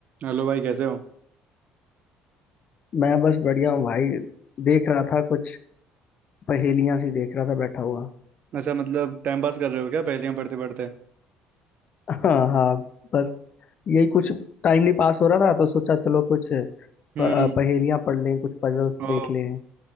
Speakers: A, on the right; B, on the left.
A: हेलो भाई कैसे हो
B: मैं बस बढ़िया हूँ भाई देख रहा था कुछ पहेलियां सी देख रहा था बैठा हुआ
A: अच्छा मतलब टाइम पास कर रहे हो क्या पहेलियां पढ़ते पढ़ते
B: हाँ हाँ बस यही कुछ टाइम नहीं पास हो रहा था तो सोचा चलो कुछ प,
A: हम्म
B: अ, पहेलियां पढ़ लें कुछ पजल्स
A: ओ
B: देख लें